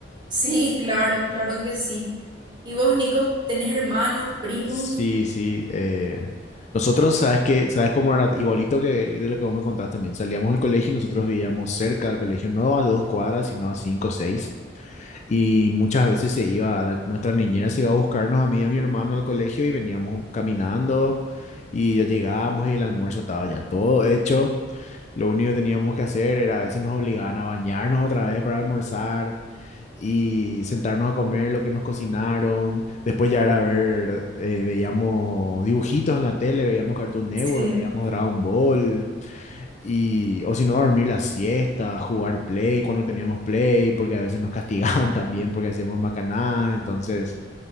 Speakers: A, on the right; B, on the left.
A: Sí, claro, claro que sí. ¿Y vos, Nico, tenés hermanos, primos?
B: Sí, sí. eh, nosotros, ¿sabes qué? ¿Sabes cómo era? Igualito que de lo que vos me contabas también. Salíamos del colegio y nosotros vivíamos cerca del colegio, no a dos cuadras, sino a cinco o seis. Y muchas veces se iba, la- nuestra niñera se iba a buscarnos a mí y a mi hermano al colegio y veníamos caminando y ya llegábamos y el almuerzo estaba ya todo hecho. Lo único que teníamos que hacer era a veces nos obligaban a bañarnos otra vez para almorzar y sentarnos a comer lo que nos cocinaron. Después ya era ver, eh, veíamos dibujitos en la tele, veíamos Cartoon Network,
A: Sí.
B: veíamos Dragon Ball. Y, o si no, dormir la siesta, jugar play cuando teníamos play, porque a veces nos castigaban <laughs> también porque hacíamos macanadas. Entonces,